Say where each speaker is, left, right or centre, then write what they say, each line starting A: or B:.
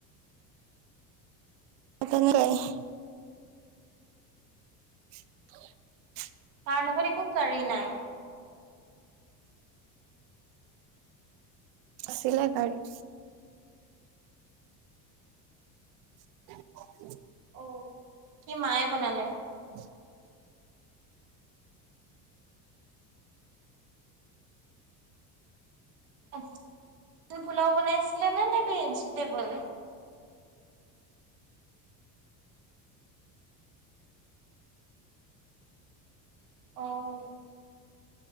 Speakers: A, on the right; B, on the right.
A: <unintelligible> <inaudible>
B: তাৰ লগত একো কাৰি নাই।
A: চিলে কাৰি। <inaudible>
B: অ', কি মায়ে বনালে?
A: <inaudible>
B: অঁ, পোলাও বনাইছিলে নে নে ভেজিটেবুল? অ',